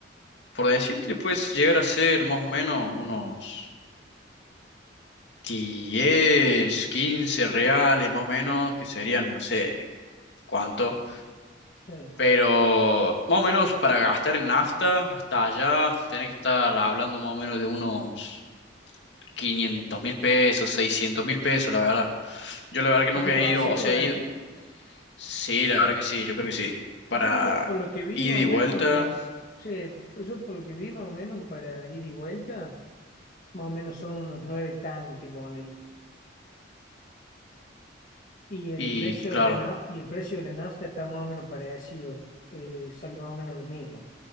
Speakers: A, on the left; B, on the left.
A: por decirte, puedes llegar a ser más o menos unos... 10 15 reales más o menos, que serían no sé cuánto,
B: Sí.
A: pero más o menos para gastar en nafta hasta allá tenés que estar hablando más o menos de unos quinientos mil pesos, seiscientos mil pesos, la verdad. Yo la verdad que
B: ¿Tanto
A: nunca he
B: así,
A: ido, o sea,
B: voy
A: he
B: a
A: ido,
B: decir?
A: sí, la verdad que sí, yo creo que sí, para
B: Yo vi, por lo que vi
A: ida
B: más
A: y
B: o
A: vuelta
B: menos, sí, pues yo por lo que vi más o menos para ir y vuelta, más o menos son unos nueve tanques, ponele. Y el
A: y
B: precio
A: claro,
B: de la nafta, y el precio de la nafta está más o menos parecido, eh, sale más o menos lo mismo.